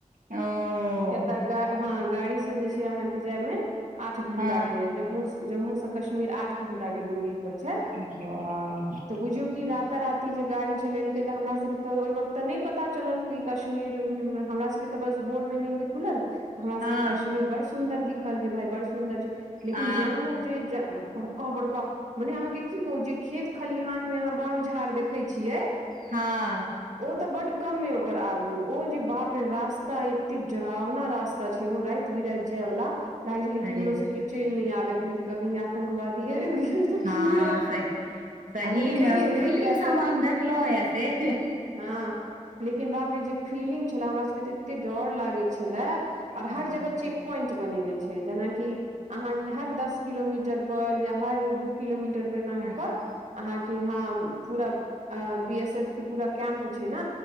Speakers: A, on the right (about 80°); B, on the right (about 65°).
A: ओ
B: एतऽ गा हँ गाड़ीसे जे छैय अहाँके जाएमे। आठ घण्टा
A: हँ
B: के जम्मू -जम्मू से कश्मीर आठ घण्टा के दुरी। पर छैय
A: वाह
B: बुझियौ कि रता -रात। ई जे गाड़ी चलेलकै तऽ हमरा सबके तऽ ओहि वक्त तऽ नै पता चलल की कश्मीर हमरा सबके। तऽ बस भोरमे नींद खुलल। हमरा सबके
A: हँ
B: कश्मीर बड़ सुन्दर दिखल जे भाय बड़ सुन्दर छैय लेकिन
A: आ
B: जैं हो जे। जे बड़का -बड़का मने आहाँ के की कहु जे खेत खलिहानमे अहाँ बन झाड़ देखै छियै।
A: हँ।
B: ओ तऽ बड कमे ओकर आगु ओ जे बाप रे रास्ता अइ। एते डरावना रास्ता छैय ओहो रैत- बिरैत जाए वला लागैय छेलै की
A: अरे
B: किम्हरो से के चैल नै आबे कुदकऽ कहीं आतंकवादी आइब गेल। तऽ
A: हँ
B: की हैत
A: सही सहीमे
B: आ लेकिन नहि
A: ओ
B: एतै
A: फिलिम
B: किया
A: सबमे
B: तऽ
A: हम देखलौ हेंँ से।
B: हँ लेकिन बाप रे जे फीलिम छेलै हमरा सबके तऽ एते डर लागै छेल्ला। और
A: हँ
B: हर जगह चेक पोइंट बनेने छै। जेनाकि अहाँ के हर दस किलोमीटर पर या हर दू किलोमीटर पर एना कऽ
A: अच्छा
B: कऽ अहाँके हँ पूरा आ बी एस एफ के पूरा कैम्प छै ने।